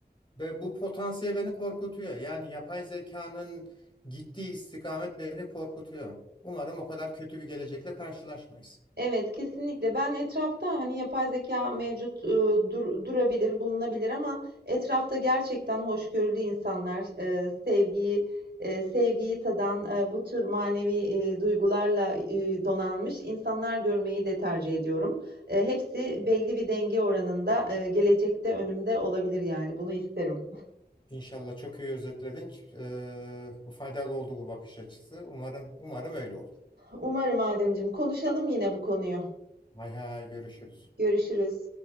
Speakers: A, on the left; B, on the right.
A: ve bu potansiyel beni korkutuyor. Yani yapay zekanın gittiği istikamet beni korkutuyor. Umarım o kadar kötü bir gelecekle karşılaşmayız.
B: Evet, kesinlikle. Ben etrafta hani yapay zeka mevcut e, dur- durabilir, bulunabilir ama etrafta gerçekten hoşgörülü insanlar, e, sevgiyi e, sevgiyi tadan e, bu tür manevi e, duygularla e, donanmış insanlar görmeyi de tercih ediyorum. E, hepsi belli bir denge oranında e, gelecekte önümde olabilir yani bunu isterim.
A: İnşallah çok iyi özetledin. Ee, bu faydalı oldu bu bakış açısı. Umarım umarım öyle olur.
B: Umarım Ademciğim. Konuşalım yine bu konuyu.
A: Hay hay görüşürüz.
B: Görüşürüz.